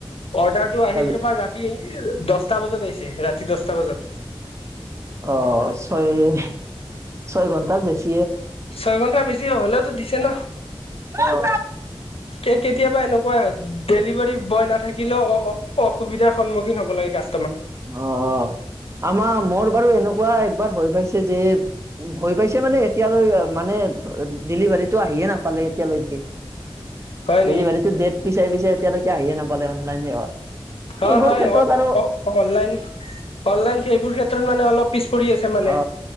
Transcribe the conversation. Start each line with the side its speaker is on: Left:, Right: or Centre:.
Left: অৰ্ডাৰটো আহিল
Right: তাৰ
Left: তোমাৰ ৰাতি <unintelligible> দছটা বজাত আহিছে ৰাতি দহটা বজাত।
Right: অ, ছয়-ছয় ঘণ্টাৰ বেছি।
Left: ছয় ঘন্টা বেছি হলেওতো দিছে না।
Right: অ',
Left: এই কেতিয়াবা এনেকুৱাই হয় ডেলিভাৰী বয় নাথাকিলেও অ, অসুবিধাৰ সন্মুখীন হ'ব লাগে কাচ
Right: অ', অ', আমাৰ মোৰ বাৰু এনেকুৱা একবাৰ হৈ পাইছ ছে যে উম, হৈ পাইছে মানে এতিয়ালৈ মানে ডেলিভাৰীটো আহিয়ে নাপালে এতিয়ালৈ এ
Left: হয় নেকি
Right: ডেলিভাৰীটো ডেট পিচাই-পিচাই এতিয়ালৈকে আহিয়ে নাপালে অনলাইন হেহত।
Left: হয়
Right: এইবোৰ
Left: হয়
Right: ক্ষেত্ৰত আৰু
Left: অনলাইন- অনলাইন সেইবোৰ ক্ষেত্ৰত মানে অলপ পিছ পৰি আছে
Right: অ
Left: মানে।